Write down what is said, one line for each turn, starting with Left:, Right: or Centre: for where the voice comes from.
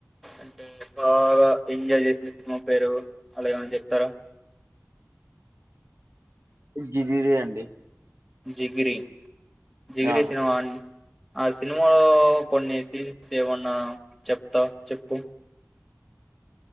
Centre: అంటే బాగా ఎంజాయ్ చేసిన సినిమా పేరు అలా ఏమాన్న చెప్తారా?
Right: జిగిరి అండి
Centre: జిగిరి జిగిరి
Right: ఆ
Centre: సినిమా అండి. ఆ సినిమాలో కొన్ని సీన్స్ ఏమన్నా చెప్తా చెప్పు.